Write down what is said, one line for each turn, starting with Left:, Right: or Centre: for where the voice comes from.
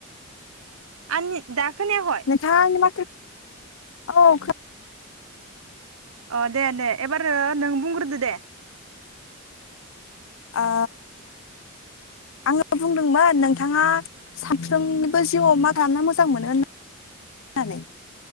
Right: आनि दा खोनायाखय
Left: मोनोंथाङा आंनि माथो औ
Right: ओ दे दे एबार नों बुंग्रोदो दे
Left: ओ आंङो बुंदोंमोन नोंथाङा सानफ्रोमनिबो जिउआव मा खालामना मोजां मोनो होननानै